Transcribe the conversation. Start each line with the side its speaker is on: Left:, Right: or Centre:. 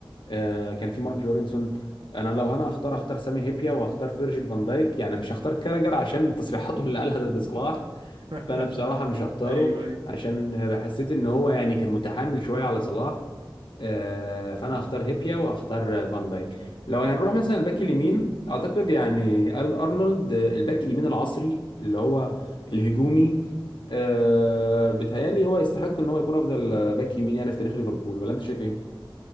Left: آه، كان في مارك لورينسون انا لو انا هختار هختار سامي هيبيا وهختار فيرجيل فان دايك يعني مش هختار كاراجر عشان تصريحاته اللي قالها ضد صلاح
Right: <laughs>
Left: فانا بصراحه مش هختاره
Right: ايوه ايوه
Left: عشان حسيت ان هو يعني كان متحامل شويه على صلاح آه، فانا هختار هيبيا وهختار فان دايك لو هنروح مثلا الباك اليمين اعتقد يعني ال ارنولد آه، الباك اليمين العصري اللي هو الهجومي آه بيتهيألي هو يستحق ان هو يكون افضل آه، باك يمين يعني في تاريخ ليفربول ولا انت شايف ايه؟